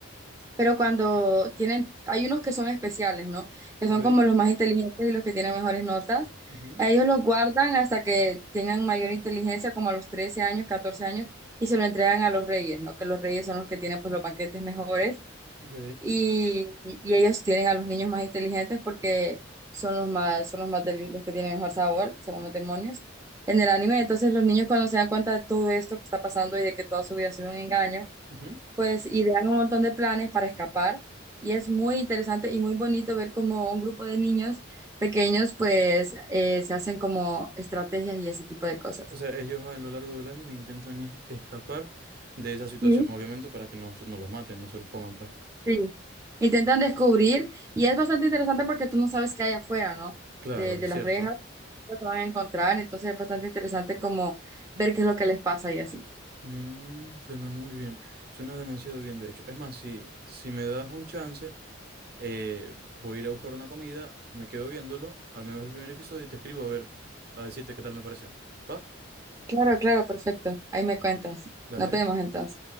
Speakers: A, on the right; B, on the right.
A: pero cuando tienen, hay unos que son especiales, ¿no? Que
B: Ok.
A: son como los más inteligentes y los que tienen mejores notas.
B: Ujú,
A: A ellos los guardan hasta que tengan mayor inteligencia, como a los 13 años, 14 años, y se lo entregan a los reyes, ¿no? Que los reyes son los que tienen pues los banquetes mejores
B: ok,
A: y, y ellos tienen a los niños más inteligentes porque son los más, son los más deli- los que tienen mejor sabor, según los demonios. En el anime, entonces los niños cuando se dan cuenta de todo esto que está pasando y de que toda su vida ha sido un engaño,
B: ujú.
A: pues idean un montón de planes para escapar y es muy interesante y muy bonito ver cómo un grupo de niños pequeños pues eh, se hacen como estrategias y ese tipo de cosas.
B: O sea, ellos a lo largo del anime intentan es- escapar de esa situación,
A: Sí.
B: obviamente, para que no, se- no los maten, no se los coman, pues.
A: Sí. Intentan descubrir y es bastante interesante porque tú no sabes qué hay afuera, ¿no?
B: Claro,
A: De, de
B: es
A: las
B: cierto.
A: rejas, lo que van a encontrar, entonces es bastante interesante como ver qué es lo que les pasa y así.
B: Mm, suena muy bien. Suena demasiado bien, de hecho. Es más, si, si me das un chance, eh, voy a ir a buscar una comida, me quedo viéndolo, al menos el primer episodio, y te escribo a ver, a decirte qué tal me pareció. ¿Va?
A: Claro, claro, perfecto. Ahí me cuentas.
B: Dale.
A: Nos vemos entonces.